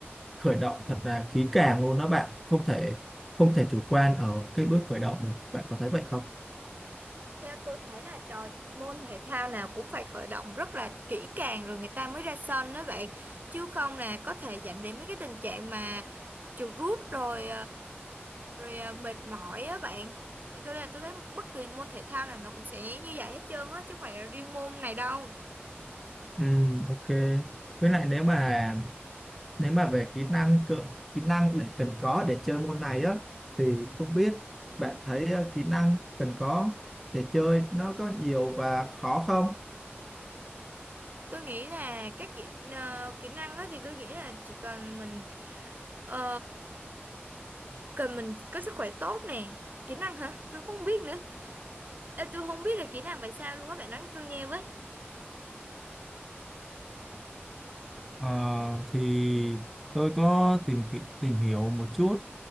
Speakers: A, in the centre; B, on the right.
A: khởi động thật là kỹ càng luôn đó bạn, không thể không thể chủ quan ở cái bước khởi động. Bạn có thấy vậy không?
B: theo tôi thấy là trò môn thể thao nào cũng phải khởi động rất là kỹ càng rồi người ta mới ra sân đó vậy chứ không là có thể dẫn đến mấy cái tình trạng mà chuột rút rồi rồi à, mệt mỏi á bạn thì tôi là tôi thấy bất kỳ môn thể thao nào nó cũng sẽ như vậy hết trơn á chứ không phải là riêng môn này đâu
A: Ừ, ok. Với lại nếu mà nếu mà về kỹ năng cơ, kỹ năng để cần có để chơi môn này á thì không biết bạn thấy ờ, kỹ năng cần có để chơi nó có nhiều và khó không?
B: tôi nghĩ là các kỹ ờ, kỹ năng á thì tôi nghĩ là chỉ cần mình ờ, cần mình có sức khỏe tốt nè kỹ năng hả tôi cũng không biết nữa Ê, tôi không biết là kỹ năng phải sao luôn á bạn nói cho tôi nghe với
A: Ờ, thì tôi có tìm kỹ- tìm hiểu một chút